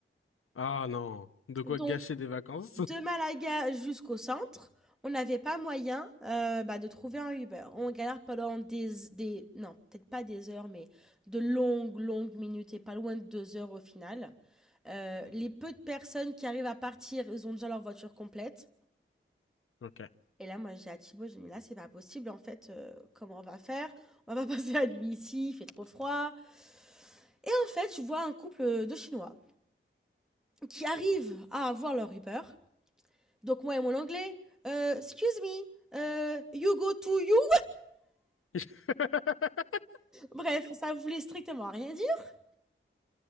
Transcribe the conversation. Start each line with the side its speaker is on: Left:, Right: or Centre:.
Left: Ah non, de quoi
Centre: Donc,
Left: gâcher des vacances?
Centre: de Malaga jusqu'au centre, on n'avait pas moyen euh, bah, de trouver un Uber. On galère pendant des, des non, peut-être pas des heures, mais de longues, longues minutes et pas loin de deux heures au final. Euh, les peu de personnes qui arrivent à partir, ils ont déjà leur voiture complète.
Left: Ok.
Centre: Et là, moi, j'ai à Thibaut, j'ai dit, mais là, c'est pas possible, en fait, euh, comment on va faire? On va <laughs> passer la nuit ici, il fait trop froid. Et en fait, je vois un couple euh, de Chinois qui arrivent à avoir leur Uber. Donc, moi et mon anglais, euh, excuse me, euh, you go to you.
Left: <laughs>
Centre: Bref, ça voulait strictement rien dire.